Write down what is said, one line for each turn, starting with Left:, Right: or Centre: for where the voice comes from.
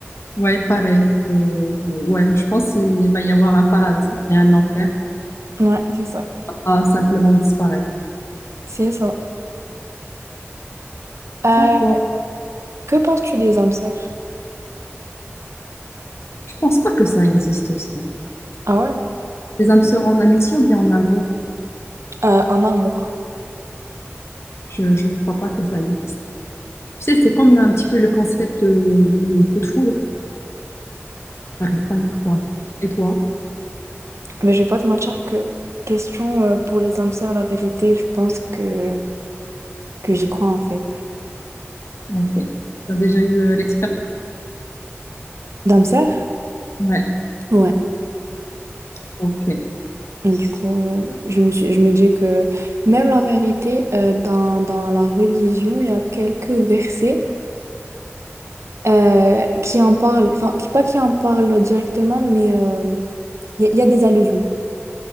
Left: Ouais, pareil. Euh, euh, ouais, je pense qu'il va y avoir un paradis et un enfer
Right: Ouais, c'est ça.
Left: à simplement disparaître.
Right: C'est ça. Euh,
Left: C'est à toi.
Right: que penses-tu des âmes sœurs?
Left: Je pense pas que ça existe, ça.
Right: Ah ouais?
Left: Les âmes sœurs en amitié ou bien en amour,
Right: Euh, en amour.
Left: je, je crois pas que ça existe. Tu sais, c'est comme un petit peu le concept euh, du coup de foudre. J'arrive pas à y croire. Et toi?
Right: Mais je vais pas te mentir que question euh, pour les âmes sœurs la vérité, je pense que, que j'y crois en fait.
Left: Ok. T'as déjà eu euh, l'expérience?
Right: d'âmes sœurs
Left: Ouais,
Right: Ouais.
Left: ok. Je
Right: Et du coup, euh, je me suis, je me dis que même la vérité, euh, dans, dans la religion, il y a quelques versets euh, qui en parlent, enfin, qui, pas qui en parlent directement, mais euh, il y, a il y a des allusions.